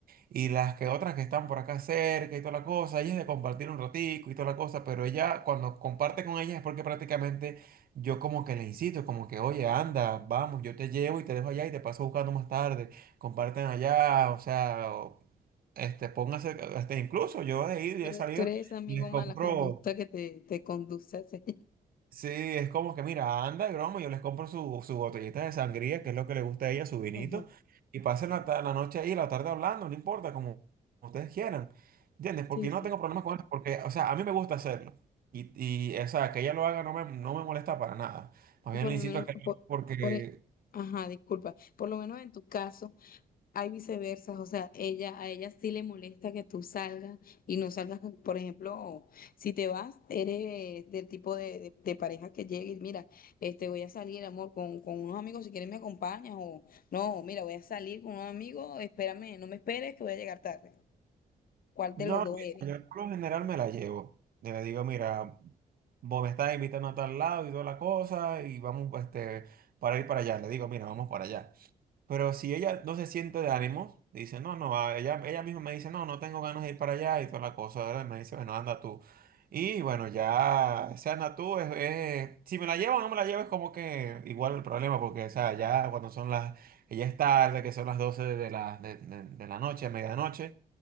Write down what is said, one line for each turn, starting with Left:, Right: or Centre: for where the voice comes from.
Right: Y las que otras que están por acá cerca y toda la cosa, ella es de compartir un ratico y toda la cosa, pero ella cuando comparte con ellas es porque prácticamente yo como que le incito, como que, oye, anda, vamos, yo te llevo y te dejo allá y te paso buscando más tarde, comparten allá, o sea... o- Este, póngase, este, incluso yo he ido
Left: Tú
Right: y he
Left: eres,
Right: salido
Left: tú eres ese amigo
Right: les compro,
Left: mala conducta que te, te conduce a hacer. <laughs>
Right: sí, es como que mira, anda, broma, yo les compro su, su botellita de sangría, que es lo que le gusta a ella, su vinito,
Left: Ajá,
Right: y pasen la, ta- la noche ahí, la tarde hablando, no importa, como ustedes quieran, ¿entiendes? Porque
Left: sí,
Right: yo
Left: sí.
Right: no tengo problema con eso, porque, o sea, a mí me gusta hacerlo, y, y o sea, que ella lo haga no me, no me molesta para nada, más
Left: Por
Right: bien le incito
Left: lo menos,
Right: a que,
Left: por,
Right: porque,
Left: por e- ajá, disculpa, por lo menos en tu caso, Hay viceversas, o sea, ella, a ella sí le molesta que tú salgas y no salgas, con- por ejemplo, si te vas, eres del tipo de, de, de pareja que llegue y mira, este, voy a salir, amor, con, con unos amigos, si quieres me acompañas o no, mira, voy a salir con unos amigos, espérame, no me esperes que voy a llegar tarde. ¿Cuál
Right: no,
Left: de los dos
Right: mira,
Left: eres?
Right: yo por lo general me la llevo, yo le digo, mira, vos me estás invitando a tal lado y toda la cosa, y vamos, este, para ir para allá, le digo, mira, vamos para allá. Pero si ella no se siente de ánimos dice, no, no, va", ella, ella misma me dice, no, no tengo ganas de ir para allá y toda la cosa, ¿verdad? Me dice, bueno, anda tú. Y bueno, ya, o sea, anda tú, es, es- si me la llevo o no me la llevo es como que igual el problema, porque, o sea, ya cuando son las, ella es tarde, que son las 12 de la, de, de- de la noche, medianoche,